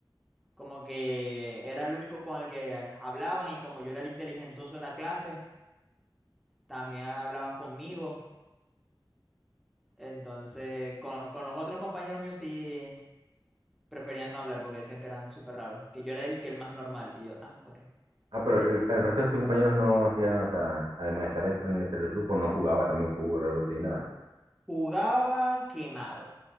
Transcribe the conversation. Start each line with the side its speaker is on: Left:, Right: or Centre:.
Centre: Como que era el único con el que hablaban y como yo era el inteligentoso de la clase, también hablaban conmigo. Entonces, con, con los otros compañeros míos sí preferían no hablar porque decían que eran súper raros, que yo era y que el más normal. Y yo, ah, ok,
Right: Ah, pero
Centre: excelente.
Right: el, el resto de tus compañeros no hacían, o sea, además de estar en, en el, el grupo, no jugaba también fútbol o algo así, nada.
Centre: Jugaban quemado,